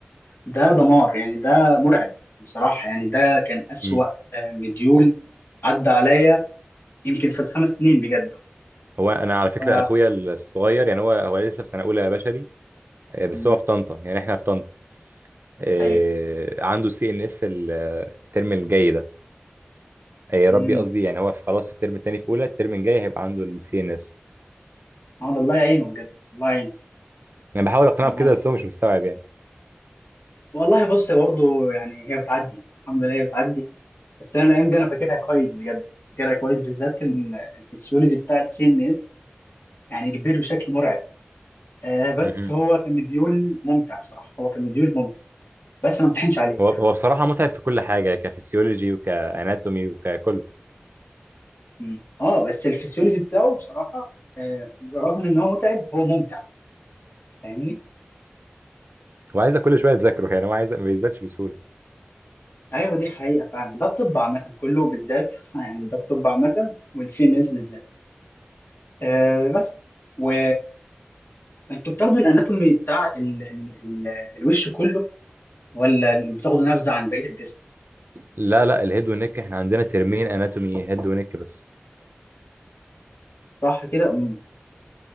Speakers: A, on the left; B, on the right.
A: ده دمار يعني ده مرعب بصراحة يعني ده كان أسوأ
B: امم
A: آه، مديول عدى عليا يمكن في الخمس سنين بجد
B: هو انا على فكره
A: ف
B: اخويا الصغير يعني هو هو لسه في سنه اولى بشري آه، بس
A: مم.
B: هو في طنطا يعني احنا في طنطا آه،
A: أيوه
B: عنده السي ان اس الترم الجاي ده آه، يا
A: امم
B: ربي قصدي يعني هو في خلاص في الترم التاني في اولى الترم الجاي هيبقى عنده السي ان اس
A: هذا الله يعينه بجد الله يعينه
B: انا بحاول اقنعه
A: أنا
B: بكده بس هو مش مستوعب يعني
A: والله بص برضه يعني هي بتعدي الحمد لله هي بتعدي بس أنا الأيام دي أنا فاكرها كويس بجد فاكرها كويس بالذات إن الفسيولوجي بتاع السي إن إس يعني كبير بشكل مرعب آه بس
B: مهم.
A: هو كان مديول ممتع بصراحة هو كان مديول ممتع بس ما امتحنش عليه
B: هو هو بصراحه متعب في كل حاجه كفسيولوجي وكاناتومي وككل
A: مم. اه بس الفسيولوجي بتاعه بصراحه آه رغم ان هو متعب هو ممتع فاهمني
B: هو عايزك كل شويه تذاكره يعني هو عايز ما بيثبتش بسهوله
A: ايوه دي حقيقه فعلا ده الطب عامه كله بالذات <laughs> يعني ده الطب عامه والسي ان اس بالذات آه بس و انتوا بتاخدوا الاناتومي بتاع ال... ال... ال... الوش كله ولا بتاخدوا نبذه عن بقيه الجسم
B: لا لا الهيد والنك احنا عندنا ترمين اناتومي هيد ونك بس
A: صح كده امم